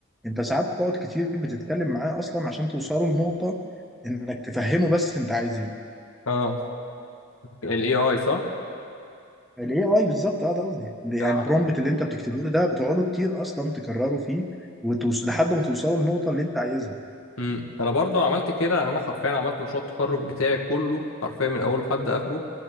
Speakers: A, in the centre; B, on the left.
A: انت ساعات بتقعد كتير بتتكلم معاه اصلا عشان توصلوا لنقطة انك تفهمه بس انت عايز ايه
B: اه الاي اي صح؟
A: الاي اي بالظبط اه ده قصدي يعني
B: انا
A: البرومبت اللي انت بتكتبه له ده بتقعدوا كتير اصلا تكرروا فيه وتوص... لحد ما توصلوا للنقطة اللي انت عايزها
B: امم انا برضو عملت كده يعني انا حرفيا عملت مشروع التخرج بتاعي كله حرفيا من اوله لحد اخره